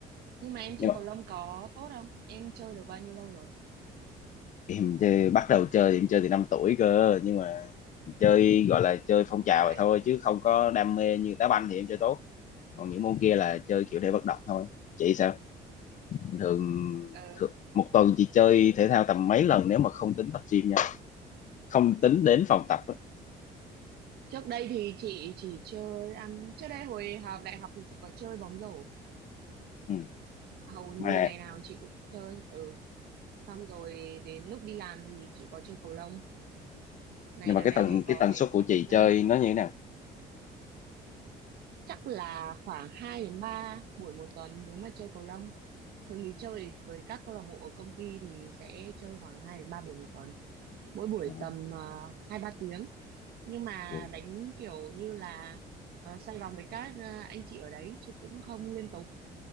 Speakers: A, on the right; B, on the left.
A: Nhưng mà em
B: nhưng
A: chơi
B: mà
A: cầu lông có tốt không? Em chơi được bao nhiêu lâu rồi?
B: em chơi bắt đầu chơi thì em chơi từ 5 tuổi cơ nhưng mà chơi gọi là chơi phong
A: Thế
B: trào
A: Như vậy.
B: vậy thôi chứ không có đam mê như đá banh thì em chơi tốt còn những môn kia là chơi kiểu để vận động thôi chị sao bình thường
A: Ờ,
B: thường một tuần chị chơi thể thao tầm mấy lần nếu mà không tính tập gym nha không tính đến phòng tập á.
A: trước đây thì chị chỉ chơi ăn trước đây hồi học đại học thì chị có chơi bóng rổ
B: ừ.
A: hầu như
B: mà
A: ngày nào chị cũng chơi ừ xong rồi đến lúc đi làm thì chị có chơi cầu lông này
B: nhưng mà
A: đợt
B: cái
A: này
B: tần
A: thầy có
B: cái tần
A: cái
B: suất của
A: môn
B: chị
A: ờ,
B: chơi nó như thế nào
A: chắc là khoảng 2 đến 3 buổi một tuần nếu mà chơi cầu lông thường thì chơi với các câu lạc bộ ở công ty thì sẽ chơi khoảng 2 đến 3 buổi một tuần mỗi buổi
B: ừ.
A: tầm uh, 2 3 tiếng nhưng mà
B: Ui,
A: đánh kiểu như là ờ, xoay vòng với các ờ, anh chị ở đấy chứ cũng không liên tục